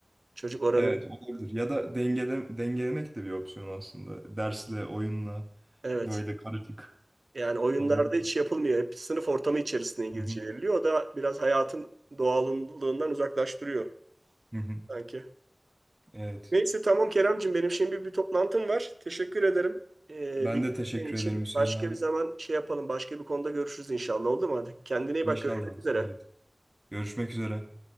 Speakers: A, on the right; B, on the right.
A: Çocuk oranın
B: Evet olabilir. Ya da dengele, dengelemek de bir opsiyon aslında. Dersle, oyunla
A: evet
B: böyle karışık
A: yani oyunlarda
B: olabilir.
A: hiç yapılmıyor. Hep sınıf ortamı içerisinde İngilizce
B: Hı hı.
A: veriliyor. O da biraz hayatın doğallığından uzaklaştırıyor
B: Hı hı.
A: sanki.
B: Evet.
A: Neyse tamam Keremcim benim şimdi bir toplantım var. Teşekkür ederim. Ee,
B: Ben
A: bilgilerin
B: de teşekkür
A: için
B: ederim Hüseyin
A: başka
B: abi.
A: bir zaman şey yapalım. Başka bir konuda görüşürüz inşallah oldu mu? Hadi kendine iyi
B: İnşallah.
A: bak görüşmek üzere.
B: Evet. Görüşmek üzere.